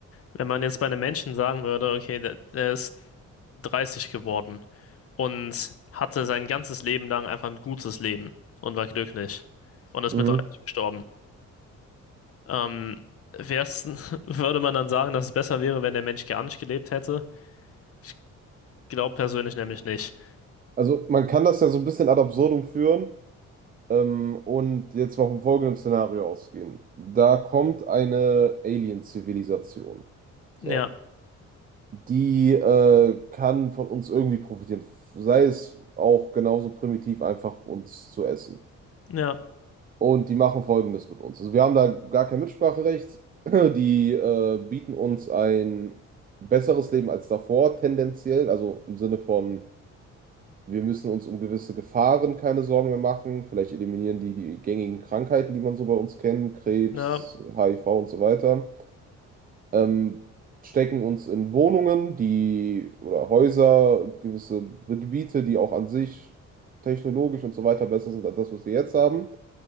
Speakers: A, on the left (about 50°); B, on the right (about 30°).
A: Wenn man jetzt bei einem Menschen sagen würde, okay, der, der ist 30 geworden und hatte sein ganzes Leben lang einfach ein gutes Leben und war glücklich und ist
B: Mhm.
A: mit 30 gestorben, ähm, wär's, <laughs> würde man dann sagen, dass es besser wäre, wenn der Mensch gar nicht gelebt hätte? Ich glaube persönlich nämlich nicht.
B: Also man kann das ja so ein bisschen ad absurdum führen ähm, und jetzt mal vom folgenden Szenario ausgehen. Da kommt eine Alien-Zivilisation. So.
A: Ja,
B: Die äh, kann von uns irgendwie profitieren. Sei es auch genauso primitiv, einfach uns zu essen.
A: ja,
B: Und die machen Folgendes mit uns. Also wir haben da gar kein Mitspracherecht. <clears throat> Die äh, bieten uns ein besseres Leben als davor, tendenziell. Also im Sinne von wir müssen uns um gewisse Gefahren keine Sorgen mehr machen. Vielleicht eliminieren die die gängigen Krankheiten, die man so bei uns kennt, Krebs,
A: ja,
B: HIV und so weiter. Ähm, stecken uns in Wohnungen, die oder Häuser, gewisse Gebiete, die auch an sich technologisch und so weiter besser sind als das, was wir jetzt haben.